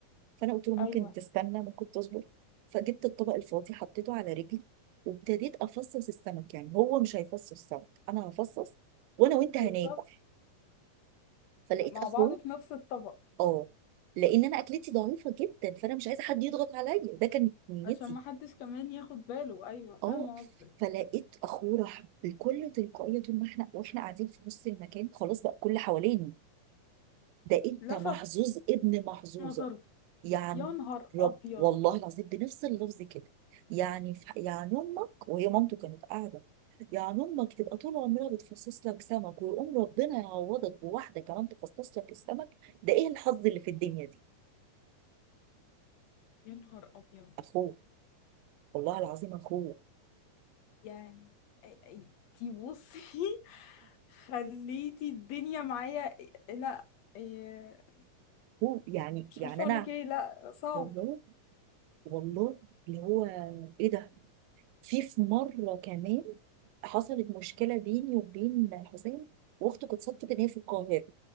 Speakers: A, on the right; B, on the left.
A: فانا قلت له ممكن
B: أيوه
A: تستنى ممكن تصبر فجبت الطبق الفاضي حطيته على رجلي وابتديت افصص السمك يعني هو مش هيفصص السمك انا هفصص وانا وانت هناكل
B: بالظبط
A: فلقيت
B: مع
A: اخوه
B: بعض في نفس الطبق
A: اه لان انا اكلتي ضعيفه جدا فانا مش عايزه حد يضغط عليا ده كانت نيتي
B: عشان ما حدش كمان ياخد باله أيوه
A: اه
B: فاهمة قصدك
A: فلقيت اخوه راح بكل تلقائيه طول ما احنا واحنا قاعدين في نص المكان خلاص بقى كل حوالينا ده انت
B: لفت
A: محظوظ ابن محظوظه
B: نظري
A: يعني
B: يا نهار
A: رب
B: أبيض
A: والله العظيم بنفس اللفظ كده يعني ف... يعني امك وهي مامته كانت قاعده يعني امك تبقى طول عمرها بتفصص لك سمك ويقوم ربنا يعوضك بواحده كمان تفصص لك السمك ده ايه الحظ اللي في الدنيا دي
B: يا نهار أبيض
A: اخوه والله العظيم اخوه
B: يعني انتي بصي <laughs> خليتي الدنيا معايا لا
A: هو يعني
B: مش
A: يعني
B: عارفة اقول
A: انا
B: لك ايه لا صعب
A: والله والله اللي هو ايه ده في في مره كمان حصلت مشكله بيني وبين حسين واخته كانت صدفه ان هي في القاهره